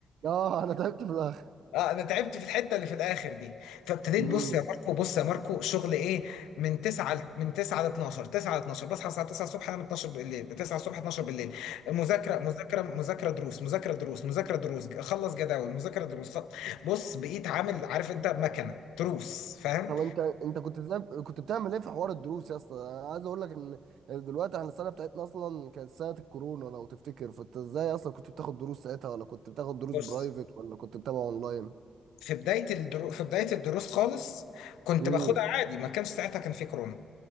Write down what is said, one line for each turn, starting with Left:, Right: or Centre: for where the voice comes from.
Right: اه انا تعبت في الاخر
Left: اه انا تعبت في الحته اللي في الاخر دي فابتديت
Right: امم
Left: بص يا ماركو بص يا ماركو شغل ايه من 9 ل- من 9 ل 12 9 ل 12 بصحى الساعه 9 الصبح انام 12 بالليل 9 الصبح 12 بالليل مذاكره مذاكره مذاكره دروس مذاكره دروس مذاكره دروس اخلص جداول مذاكره دروس خ- بص بقيت عامل عارف انت مكنه تروس فاهم
Right: طب انت انت كنت ازاي كنت بتعمل ايه في حوار الدروس يا اسطى انا عايز اقول لك ان دلوقتي احنا السنه بتاعتنا اصلا كانت سنه الكورونا لو تفتكر فانت ازاي اصلا كنت بتاخد دروس ساعتها ولا كنت بتاخد دروس
Left: بص
Right: برايفت ولا كنت بتابع اونلاين
Left: في بدايه الدرو... في بدايه الدروس خالص كنت
Right: امم
Left: باخدها عادي ما كانش ساعتها كان في كورونا